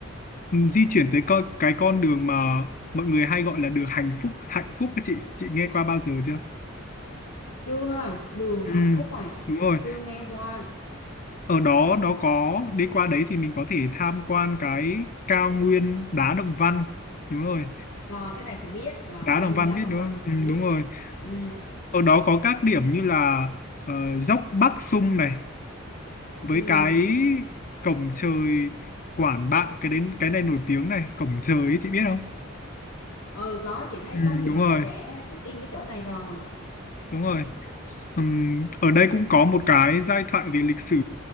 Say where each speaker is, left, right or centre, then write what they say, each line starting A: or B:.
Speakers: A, on the left; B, on the left.
A: ừ, di chuyển tới co, cái con đường mà mọi người hay gọi là đường hạnh phúc hạnh phúc các chị chị nghe qua bao giờ chưa
B: chưa đường hạnh
A: ừ
B: phúc à
A: đúng rồi
B: chị chưa nghe qua
A: ở đó nó có đi qua đấy thì mình có thể tham quan cái cao nguyên đá Đồng Văn đúng rồi
B: rồi cái này chị biết rồi
A: đá
B: cao
A: Đồng
B: nguyên
A: Văn
B: đá
A: biết
B: đồng
A: đúng
B: văn
A: không
B: là chị
A: ừ,
B: biết
A: đúng rồi
B: ừ
A: ở đó có các điểm như là ờ, dốc Bắc Sung này với
B: ừ
A: cái cổng trời Quản Bạ cái đến cái này nổi tiếng này cổng trời ấy, chị biết không
B: ừ có chị thấy
A: ừ,
B: có nhiều
A: đúng
B: bạn
A: rồi
B: trẻ check in cái chỗ này rồi
A: đúng rồi Ừm, ở đây cũng có một cái giai thoại về lịch sử